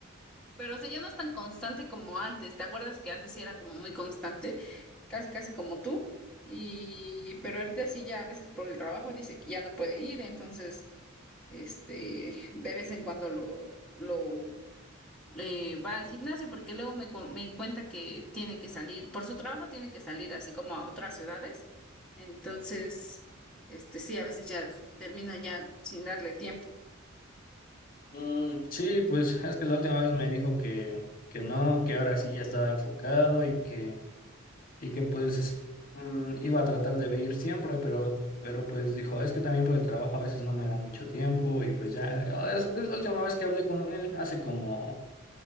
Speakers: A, in the centre; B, on the left (about 45°).
A: Pero, o sea, ya no es tan constante como antes. ¿Te acuerdas que antes sí era como muy constante? Casi, casi como tú. Y, pero ahorita sí ya a veces por el trabajo dice que ya no puede ir, entonces, este, de vez en cuando lo, lo, eh, va al gimnasio porque luego me, cu- me cuenta que tiene que salir, por su trabajo tiene que salir así como a otras ciudades. Entonces, este, sí, a veces ya termina ya sin darle tiempo.
B: Mm, sí, pues es que la última vez me dijo que, que no, que ahora sí ya estaba enfocado y que, y que pues mm, iba a tratar de ir siempre, pero, pero pues dijo, es que también por el trabajo a veces no me da mucho tiempo y pues ya, ah, es, es la última vez que hablé con él, hace como,